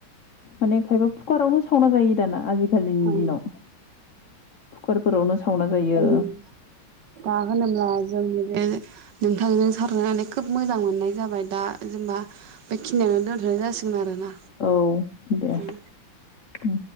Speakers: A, on the left (about 60°); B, on the right (about 65°).
A: माने खायबा फुकारावनो सावना जायो दाना आजिखालि खालिनि
B: औ
A: दिनाव कुकारफोरावनो सावना जायो
B: उम दा होनोब्ला जोंनि बे नोंथांजों सावरायनानै खोब मोजां मोननाय जाबाय दा जेनबा बेखिनिययावनो दोनथनाय जासिगोन आरोना
A: औ दे
B: उम
A: उम